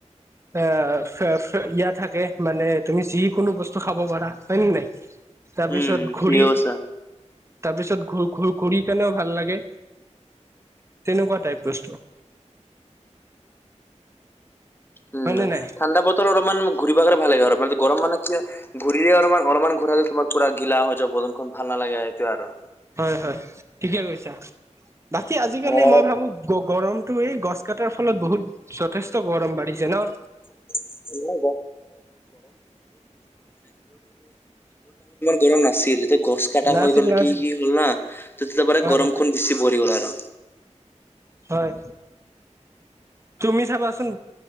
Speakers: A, on the right; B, on the left.
A: অ, <unintelligible> থাকে মানে তুমি যিকোনো বস্তু খাব পাৰা হয়েনে নাই? তাৰ পিছত
B: উম
A: ঘূৰি,
B: ঠিকে কৈছা
A: তাৰপিছত ঘূ-ঘূ-ঘূৰি কেনেও ভাল লাগে। তেনেকুৱা টাইপ বস্তু।
B: উম,
A: হয় নে নাই
B: ঠাণ্ডা বতৰ অলপমান ঘূৰিব <unintelligible> ভাল লাগিব আৰু মানে গৰম মানে কি ঘূৰিলেই অলপমান, অলপমান ঘূৰালে তোমাৰ পুৰা গিলা হৈ যাব বদনখন ভাল নালাগে সেইটোৱে আৰু।
A: হয়, হয়, ঠিকে কৈছা। বাকী আজিকালি
B: আৰু
A: মই ভাবোঁ গ-গৰমটো এই গছ কটাৰ ফলত বহুত যথেষ্ট গৰম বাঢ়িছে ন?
B: <unintelligible> <unintelligible> ইমান গৰম নাছিলে। ততে গছ কটা
A: নাছিল
B: হৈ গল
A: নাছিল
B: কি কি হ'ল না, তেতিয়াৰ পৰা
A: হয়
B: গৰম খন বেছি পৰি গল আৰু।
A: হয়। তুমি চাবাচোন